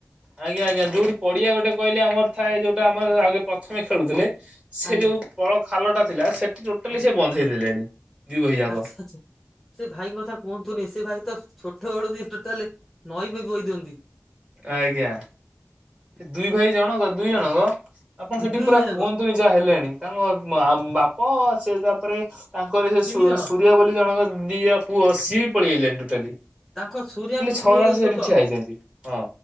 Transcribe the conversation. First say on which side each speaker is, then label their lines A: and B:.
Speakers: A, on the right; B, in the centre.
A: ଆଜ୍ଞା ଆଜ୍ଞା ଯୋଉଠି ପଡିଆ ଗୋଟେ କହିଲେ ଆମର ଥାଏ ଯୋଉଟା ଆମର ଆଗେ ପ୍ରଥମେ ଖେଳୁଥିଲେ। ସେ
B: ଆଜ୍ଞା
A: ଯୋଉ ପଳ ଖାଲଟା ଥିଲା ସେଠି ଟୋଟାଲି
B: ଆଜ୍ଞା
A: ସେ ବନ୍ଧେଇ ଦେଲେଣି। ଦି ଭାଇ ଯାକ
B: ଆଚ୍ଛା ଆଚ୍ଛା ସେ ଭାଇଙ୍କ କଥା କୁହନ୍ତୁନି ସେ ଭାଇତ ଛୋଟ ବେଳୁ ବି ଟୋଟାଲେ। ନଈ ବି ବୋହି ଦିଅନ୍ତି।
A: ଆଜ୍ଞା ସେ ଦୁଇ ଭାଇ ଜଣଙ୍କ ଦୁଇ ଜଣଙ୍କ ଆପଣ ସେଠି
B: ଦୁଇ
A: ପୁରା
B: ଭାଇ ଯାଙ୍କ
A: କୁହନ୍ତୁନି। ଯା ହେଲେଣି ତାଙ୍କ ଆ ମ୍ ବାପ ସେ ତାପରେ ତାଙ୍କରି ସେ
B: ତିନି
A: ସୁ
B: ଜଣ।
A: ସୁରିଆ ବୋଲି ଜଣଙ୍କ ଦି ଜଣ ପୁଅ ସିଏ ପଳେଇ ଆଇଲେଣି ଟୋଟାଲି
B: ତାଙ୍କ ସୁରିଆଙ୍କ
A: ଟୋଟାଲି ଛଅ
B: ପୁଅ
A: ଜଣ
B: ଯେ
A: ସେଠି
B: ଛୋଟ
A: ଠିଆ ହେଇଛନ୍ତି ହଁ।